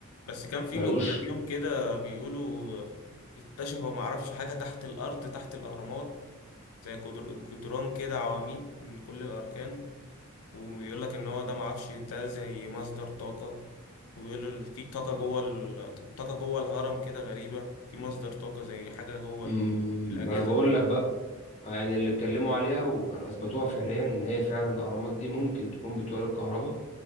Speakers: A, on the left (about 85°); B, on the left (about 30°).
A: بس كان في
B: ما
A: من
B: لقوش
A: كام يوم كده بيقولوا اكتشفوا معرفش حاجة تحت الأرض تحت الأهرامات زي جدر- جدران كده عواميد من كل الأركان وبيقول لك إن هو ده معرفش ده زي مصدر طاقة وبيقول ال- في طاقة جوه ال- طاقة جوه الهرم كده غريبة في مصدر طاقة زي حاجة جوه ال-
B: أمم،
A: الأجهزة
B: ما أنا بقول لك بقى يعني اللي اتكلموا عليها وكانوا أثبتوها فعليا إن هي فعلا الأهرامات دي ممكن تكون بتولد كهرباء